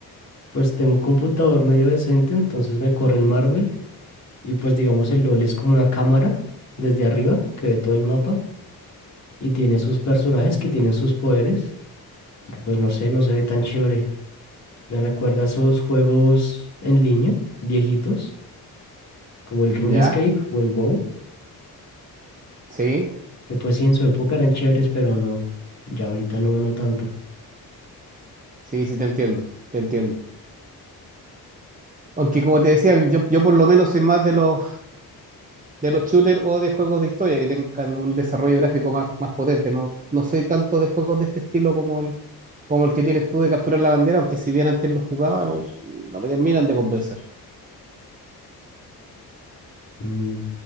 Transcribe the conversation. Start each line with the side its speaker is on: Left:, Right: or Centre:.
Left: Pues tengo un computador medio decente, entonces me corre el Marvel Y pues digamos el LOL es como una cámara desde arriba que ve todo el mapa y tiene sus personajes que tienen sus poderes, pero pues no sé, no se ve tan chévere. Me recuerda a esos juegos en línea, viejitos, como el RuneScape
Right: ¿Ya?
Left: o el WoW,
Right: Sí,
Left: que pues sí en su época eran chéveres, pero no, ya ahorita no, no tanto.
Right: sí, sí, te entiendo, te entiendo. Aunque como te decía, yo, yo por lo menos soy más de los, de los shooters o de juegos de historia que tengan un desarrollo gráfico más, más potente. No, no soy tanto de juegos de este estilo como el, como el que tienes tú de capturar la bandera, aunque si bien antes lo jugaba, no, no me terminan de convencer.
Left: Mm,